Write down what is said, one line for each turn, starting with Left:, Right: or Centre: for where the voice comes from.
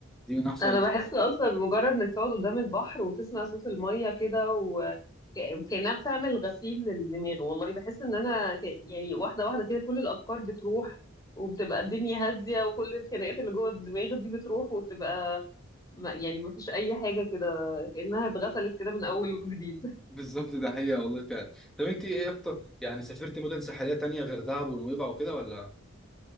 Centre: دي من احسن
Left: انا بحس اصلا مجرد انك تقعد قدام البحر وتسمع صوت الميه كده وكأنها بتعمل غسيل للدماغ والله بحس ان انا ك... يعني واحده واحده كده كل الافكار بتروح وبتبقى الدنيا هاديه وكل الخناقات اللي جوه الدماغ دي بتروح وتبقى ما- يعني مفيش اي حاجه كده كأنها اتغسلت كده من اول وجديد
Centre: بالظبط ده حقيقة والله فعلا طب انت ايه اكتر يعني سافرت مدن ساحلية تانية غير دهب ونويبع وكده ولا